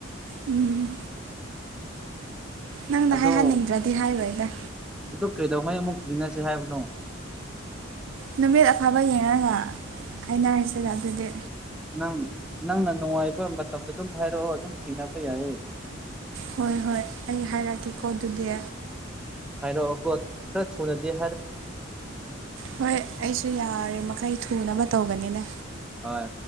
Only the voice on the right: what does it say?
ꯎꯝ ꯅꯪꯅ
ꯍꯥꯏꯍꯟꯅꯤꯡꯗ꯭ꯔꯗꯤ ꯍꯥꯏꯔꯣꯏꯗ
ꯅꯨꯃꯤꯠ ꯑꯐꯥꯕ ꯌꯦꯡꯉꯒ ꯍꯥꯏꯅꯔꯤꯁꯤꯗ ꯑꯗꯨꯗꯤ
ꯍꯣꯏ ꯍꯣꯏ ꯑꯩ ꯍꯥꯏꯔꯛꯀꯦꯀꯣ ꯑꯗꯨꯗꯤ
ꯍꯣꯏ ꯑꯩꯁꯨ ꯌꯥꯔꯦ ꯃꯈꯩ ꯊꯨꯅꯕ ꯇꯧꯒꯅꯤꯅꯦ